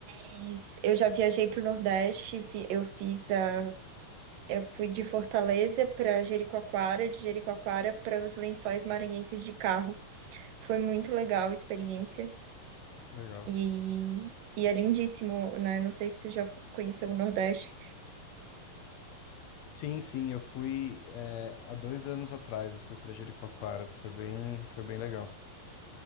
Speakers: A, on the right; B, on the left.
A: Mas eu já viajei para o Nordeste, fi- eu fiz a, eu fui de Fortaleza para Jericoacoara, de Jericoacoara para os Lençóis Maranhenses de carro. Foi muito legal a experiência
B: Legal.
A: e, e é lindíssimo, né? Não sei se tu já fo- conheceu o Nordeste.
B: Sim, sim, eu fui é, há dois anos atrás, eu fui para Jericoacoara, foi bem, foi bem legal.